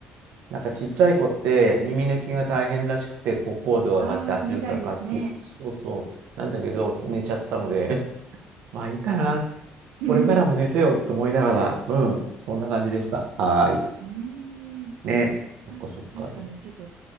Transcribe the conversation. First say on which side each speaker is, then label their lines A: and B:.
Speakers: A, on the right; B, on the right.
A: なんかちっちゃい子って耳抜きが大変らしくて、こう高度が上がって圧力がかかってく、
B: ああ、みたいですね。
A: そうそう。なんだけど、寝ちゃったので、まあいいかな。
B: <laughs>
A: これからも寝てよと思いながら、うん、そんな感じでした。はーい。
B: うーん。
A: ね。そっかそっか。
B: たし、確かにちょっと、ちっ